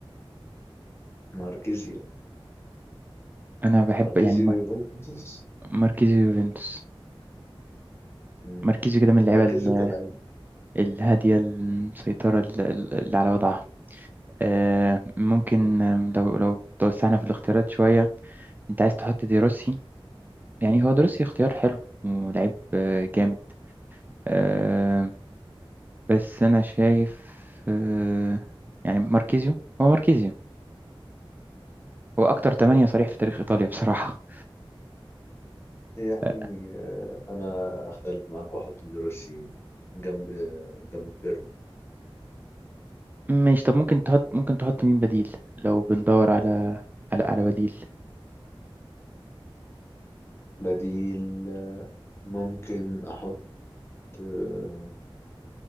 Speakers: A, on the left; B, on the right.
A: ماركيزيو
B: انا بحب
A: ماركيزيو
B: يعني مار-
A: ويوفنتوس
B: ماركيزيو يوفنتوس
A: مم.
B: ماركيزيو كده من اللعيبه
A: ماركيزيو
B: ال-
A: كلاعب
B: الهاديه المسيطره ال- ال- اللي على وضعها آه، ممكن آم، لو لو توسعنا في الاختيارات شوية انت عايز تحط دي روسي يعني هو دروسي اختيار حلو ولعيب آه، جامد آه، بس انا شايف آه، يعني ماركيزيو هو ماركيزيو هو اكتر تمانية صريح في تاريخ ايطاليا بصراحة
A: يعني
B: آه،
A: آه، انا اختلف معاك واحط دروسي جنب جنب بيرلو
B: ماشي طب ممكن تحط ممكن تحط مين بديل لو بندور على على على بديل
A: بديل ممكن احط آه،